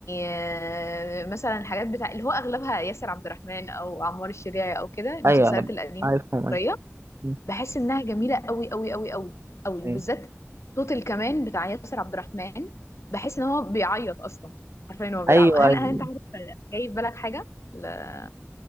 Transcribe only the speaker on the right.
ايوه ايوه
عارفهم
ايوه مم،
ايوه
ايوه
ايوه